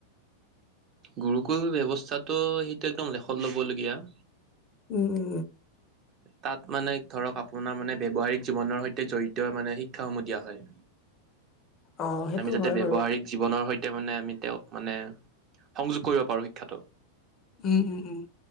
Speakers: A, on the right (about 35°); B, on the left (about 30°).
A: গুৰুকুল ব্যৱস্থাটো সেইটো একদম লেখত ল'বলগীয়া
B: উম উ
A: তাত মানে ধৰক আপোনাৰ মানে ব্যৱহাৰিক জীৱনৰ সৈতে জড়িত মানে শিক্ষাসমূহ দিয়া হয়
B: অ সেইটো
A: আমি যাতে
B: হয়
A: ব্যৱহাৰিক
B: বাৰু
A: জীৱনৰ সৈতে মানে আমি তেওঁক মানে সংযোগ কৰিব পাৰো শিক্ষাটো
B: উম উম উম